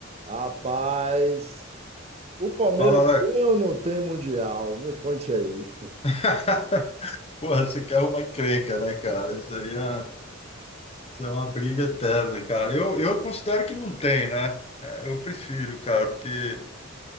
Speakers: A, on the right (about 30°); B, on the left (about 30°).
A: Rapaz, o Palmeiras
B: Fala, Alex.
A: tem ou não tem Mundial? Me conte aí.
B: <laughs> Porra, você quer uma encrenca, né, cara? Isso aí é, isso é uma briga eterna, cara. Eu, eu considero que não tem, né? É, eu prefiro, cara, porque.